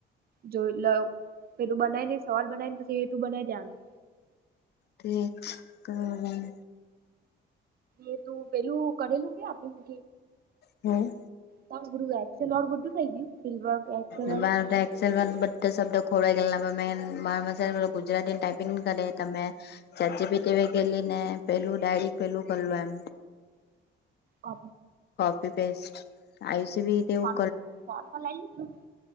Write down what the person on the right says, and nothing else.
જો લ પે તું બનાવી લે સવાલ બનાવી ને એ તું બનાવી દે આનું
એ તું પેલું ગણેેલું કે આપે સુ
તરું છે લોડ બધું થઈ ગયું ફિલ વર્ક એક્સેલ
વાળું
અ
ફન ફર બ લ